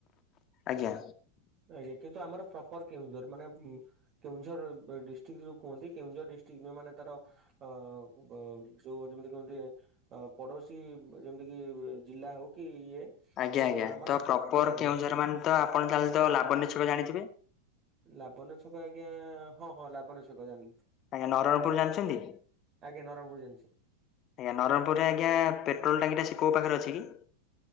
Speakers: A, on the left; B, on the right.
A: ଆଜ୍ଞା।
B: ଆଜ୍ଞା କିନ୍ତୁ ଆମର ପ୍ରପର କେଉଁଝର ମାନେ କେଉଁଝର ଡିଷ୍ଟ୍ରିକ୍ଟ ଯୋଉ କୁହନ୍ତି କେଉଁଝର ଡିଷ୍ଟ୍ରିକ୍ ଯୋଉ ମାନ ତାର ଅ ବ ଯୋଉ ଯେମିତି କହନ୍ତି ପଡ଼ୋଶୀ ଯେମିତିକି ଜିଲ୍ଲା ହେଉ କି ଇଏ
A: ଆଜ୍ଞା
B: ସେ
A: ଆଜ୍ଞା
B: ସବୁ ଆମର
A: ତ ପ୍ରପର
B: ଆଜ୍ଞା
A: କେଉଁଝର ମାନେ ତ ଆପଣ ତାହେଲେ ତ ଲାବନ୍ୟ ଛକ ଜାଣିଥିବେ।
B: ଲାବଣ୍ୟ ଛକ ଆଜ୍ଞା ହଁ ହଁ ଲାବଣ୍ୟ ଛକ ଜାଣିଲି।
A: ଆଜ୍ଞା ନରୟଣପୁର ଜାଣିଛନ୍ତି।
B: ଆଜ୍ଞା ନରଣପୁର ଜାଣିଛି।
A: ଆଜ୍ଞା ନରଣପୁରରେ ଆଜ୍ଞା ପେଟ୍ରୋଲ୍ ଟାଙ୍କି ଟା ସେ କୋଉ ପାଖରେ ଅଛି କି?